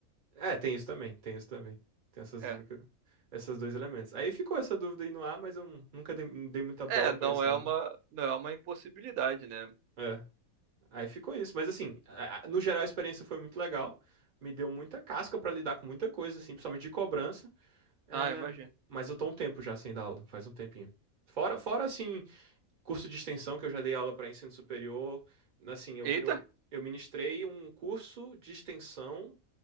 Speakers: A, on the right; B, on the right.
A: É, tem isso também, tem isso também. Tem essas,
B: É.
A: única- esses dois elementos. Aí ficou essa dúvida aí no ar, mas eu nunca dei, dei muita bola
B: É, não
A: pra isso,
B: é
A: não.
B: uma, não é uma impossibilidade, né?
A: É. Aí ficou isso. Mas assim, a- a- no geral a experiência foi muito legal. Me deu muita casca pra lidar com muita coisa, assim, principalmente de cobrança. É,
B: Ah, imagina.
A: Mas eu tô um tempo já sem dar aula, faz um tempinho. Fora, fora assim, curso de extensão que eu já dei aula para ensino superior. Assim, eu,
B: Eita!
A: eu, eu ministrei um curso de extensão